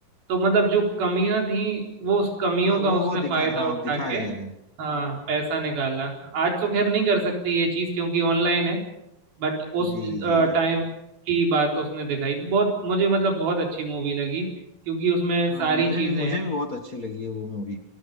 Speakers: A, on the right; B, on the left.
A: तो मतलब जो कमियां थी वो उस कमियों
B: हाँ वो
A: का उसने
B: वो दिखा
A: फायदा
B: हाँ
A: उठा
B: दिखाए
A: के
B: गए हैं
A: हाँ पैसा निकाला आज तो खैर नहीं कर सकती ये चीज क्योंकि ऑनलाइन है बट
B: जी
A: उस
B: जी जी
A: टाइम की बात उसने दिखाई बहुत मुझे मतलब बहुत अच्छी मूवी लगी क्योंकि उसमें
B: हाँ
A: सारी
B: मुझे
A: चीजें
B: भी मुझे
A: हैं
B: भी बहुत अच्छी लगी है वो मूवी